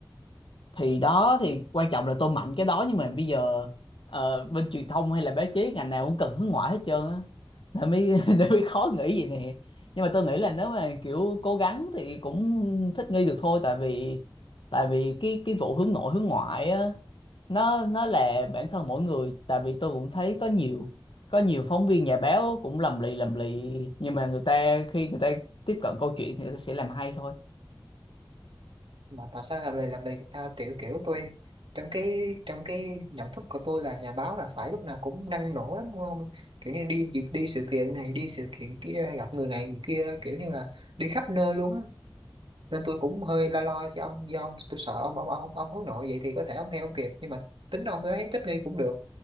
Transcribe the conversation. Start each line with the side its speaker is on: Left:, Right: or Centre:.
Left: thì đó thì quan trọng là tôi mạnh cái đó nhưng mà bây giờ ờ, bên truyền thông hay là báo chí ngành nào cũng cần hướng ngoại hết trơn á nên mới <laughs> nên mới khó nghĩ vậy nè nhưng mà tôi nghĩ là nếu mà kiểu cố gắng thì cũng thích nghi được thôi tại vì tại vì cái cái vụ hướng nội hướng ngoại á nó nó là bản thân mỗi người tại vì tôi cũng thấy có nhiều có nhiều phóng viên nhà báo cũng lầm lì lầm lì nhưng mà người ta khi người ta tiếp cận câu chuyện thì người ta sẽ làm hay thôi
Right: mà tại sao làm lì làm lì người ta kiểu kiểu tôi trong cái trong cái nhận thức của tôi là nhà báo là phải lúc nào cũng năng nổ lắm đúng không kiểu như đi việc đi sự kiện này đi sự kiện kia gặp người này người kia kiểu như là đi khắp nơi luôn á nên tôi cũng hơi lo lo cho ông do ông tôi sợ ông ông ông, ông hướng nội vậy thì có thể ông theo ông kịp nhưng mà tính ông tôi thấy thích nghi cũng được